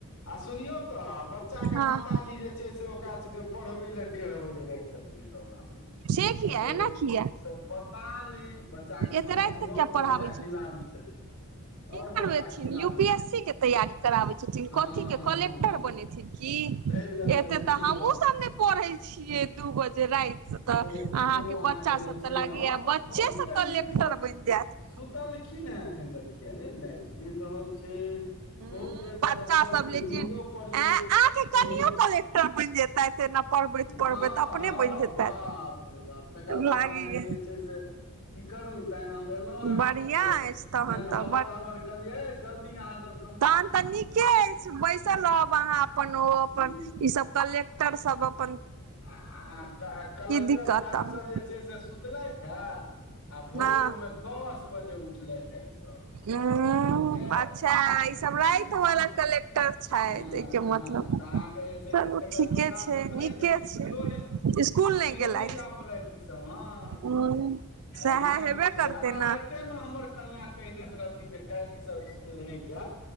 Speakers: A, on the left; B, on the right.
A: आ सुनियौ त बच्चा के
B: हँ
A: मातााजी जे छै से ओकरा सबके पढ़बै ले डेढ़ बजे राति तक बैसल रहथिन।
B: से किया
A: हम कहलिय
B: एना किया
A: से पता नै, बच्चा के
B: एते
A: माताजी
B: राति तक किया
A: आओर
B: पढ़ाबै
A: बड़का
B: छथिन
A: खिलाड़ी छथिन। और
B: की
A: बड़का
B: करबेथिन
A: खिलाड़ी
B: यूपीएससी
A: छथिन
B: के तैयारी कराबै छथिन।
A: हँ
B: कथीके
A: हँ
B: कलेक्टर
A: हँ हँ
B: बनेथिन? इह
A: ताहि लऽ कऽ
B: एते
A: जे छै
B: त हमहुँ
A: से अहाँके
B: सब नै पढ़ै छियै दू बजे राति त
A: ओ
B: अहाँके
A: ओ
B: बच्चा
A: जे
B: सब
A: छै
B: त लागैया
A: हम
B: बच्चे
A: हम
B: स
A: कहियै
B: कलेक्टर
A: ईसभ
B: बनि जाएत।
A: सुतलखिन हैं एखन तक किए ने लइट जरि रहल छै?
B: हूँ
A: बहुत देर तक
B: बच्चा
A: अखिआसियै
B: सब लेकिन
A: नीन्दो पड़ियै।
B: ऐं अहाँके
A: <inaudible> कहियै
B: कनियो
A: <inaudible>
B: कलेक्टर बनि जेतैथ एना पढ़बैत
A: हँ-हँ,
B: पढ़बैत अपने बनि जेतैथ
A: बाप रे बाप तकर बाद
B: लागैये
A: अहाँके जे छै से की करू तहन हम एलौं हें
B: बढ़ियां
A: उठिके, <inaudible>
B: अछि
A: तहन हम
B: तऽ
A: हबड़ हबड़ कहलियै है जल्दी अहाँ सब
B: तखन त नीके अछि, बैसल रहब अहाँ अपन ओ
A: टास्क
B: अपन ई सब कलेक्टर सब अप
A: <inaudible> आ आ क कलक्टर
B: दिक्कत
A: साहेब
B: तहन
A: सब जे छै से सुतलथि हे आ भोरमे
B: हँ
A: दस बजे उठलैथ हे ई सब।
B: ऊं
A: बुझि गेलियै
B: अच्छा ई सब
A: आ तहन
B: राति
A: इसकुल
B: वाला कलेक्टर छथि
A: <inaudible> हँ-हँ
B: एहिके मतलब
A: त अहाँके जे छै
B: चलू
A: से तकर
B: ठीके
A: परिणाम
B: छै
A: की भेलनि
B: नीके
A: जे स्कू
B: छै
A: कुलो नहि
B: स्कूल
A: इस्कुलो
B: गेलथि
A: नहि जा पेलैथ ई सब हँ।
B: ह सएह
A: अहिना होइ
B: हेबे
A: छै
B: करतै
A: एना
B: ने
A: राइतेमे हमर कनियां कहि देने रहथिन जे काइल ई सब स्कुल नै जैत।